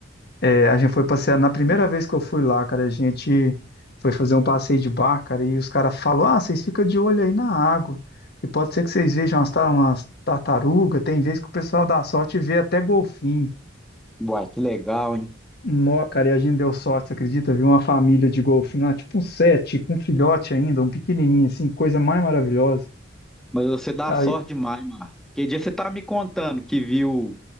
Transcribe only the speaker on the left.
É, a gente foi passear, na primeira
vez que eu fui lá, cara, a gente foi fazer um passeio de barco, cara, e os caras falam, ah, vocês ficam de olho aí na água, e pode ser que vocês vejam umas, ta- umas tartarugas, tem vez que o pessoal dá sorte e vê até golfinho.
Nó, cara, e a gente deu sorte, você acredita? Viu uma família de golfinho lá, tipo um sete, com um filhote ainda, um pequenininho, assim, coisa mais maravilhosa.
Aí,